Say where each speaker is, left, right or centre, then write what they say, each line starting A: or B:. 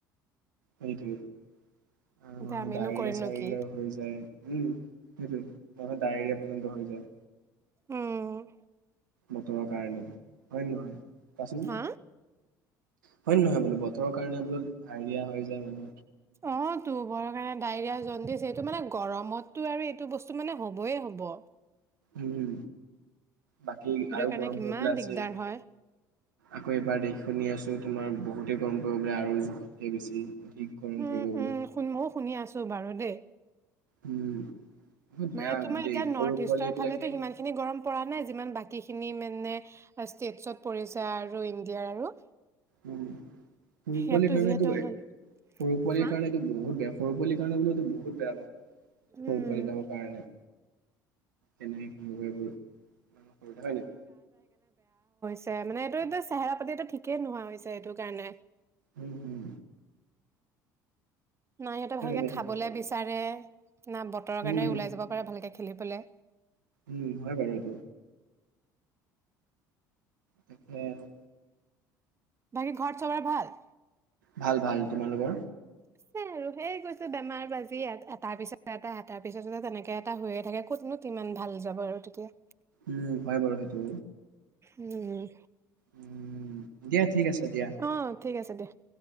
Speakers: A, on the right (about 80°); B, on the right (about 25°).
A: সেইটোৱেই। আৰু
B: এতিয়া
A: মানহে
B: আমিনো
A: ডায়েৰিয়া
B: কৰিম
A: চায়ৰিয়া
B: নো কি
A: হৈ যায়। উম, সেইটো মানুহৰ ডায়েৰিয়া পৰ্যন্ত হৈ যায়।
B: উম,
A: বতৰৰ কাৰণে হয় নে নহয়? কোৱাচোন?
B: হা?
A: হয় নে নহয় বোলো ব <unintelligible> কাৰণে বোলো হাইৰিয়া হৈ যায় মানু
B: অ', টো, বৰ্কায়ে ডায়েৰিয়া, জণ্ডিচ এইটো মানে গৰমতটো আৰু এইটো বস্তু মানে হ'বই হ'ব।
A: উম, বাকী
B: সেইটো
A: আৰু
B: কাৰণে
A: গৰম
B: কিমান
A: পৰিবলৈ আছে
B: দিগদাৰ
A: এ,
B: হয়
A: আকৌ এবাৰ দেশ শুনি আছোঁ তোমাৰ বহুতে গৰম পৰিব বোলে আৰু জোখতকে বেছি। অধিক গৰম
B: উম,
A: পৰিব বোলে
B: উম, শুন, ময়ো শুনি আছোঁ বাৰু দেই।
A: উম। বহুত বেয়া
B: মানে
A: হ'ব
B: তুমি এতিয়া
A: দেই
B: নৰ্থইষ্টৰ
A: সৰু পোৱালী বিলাকে
B: ফালেটো সিমানখিনি গৰম পৰা নাই, যিমান বাকী খি খিনি মানে ষ্টেটছত পৰিছে আৰু ইণ্ডিয়াৰ আৰু।
A: উম সৰু
B: ইয়াতো
A: পোৱালী কাৰণেটো
B: যিহেতু
A: বে,
B: অলপ
A: সৰু পোৱালী
B: হা
A: কাৰণেটো বহুত বেয়া, সৰু পোৱালী কাৰণে বোলো এইটো বহুত বেয়া।
B: উম
A: সৰু পোৱালীবিলাকৰ কাৰণে, তেনেকে <unintelligible> সৰুতে হয়নে?
B: ছে, মানে এইটো এইটো চেহেৰা পাতিটো ঠিকে নোহোৱা হৈছে এইটো কাৰণে।
A: উম, উম।
B: না সিহঁতে ভালকে
A: হেৰি
B: খাবলে
A: কৰিব পাৰোঁ।
B: বিচাৰে না বতৰৰ
A: উম
B: কাৰণে ওলাই যাব পাৰে ভালকে খে <unintelligible>
A: উম, হয় বাৰু এইটো। তাকেই আৰু।
B: বাকী ঘৰত চবৰে ভাল?
A: ভাল ভাল। তোমালোকৰ?
B: আছে আৰু। সেই গৈছে বেমাৰ-বাজি এটাৰ পিছত এটা, এটাৰ পিছতো তেনেকে এটা হৈয়ে থাকে, ক'তনো তিমান ভাল যাব আৰু তেতিয়া।
A: উম হয় বাৰু সেইটো
B: উম।
A: উম, দিয়া ঠিক আছে। <unintelligible> দিয়া।
B: অ', ঠিক আছে দিয়া।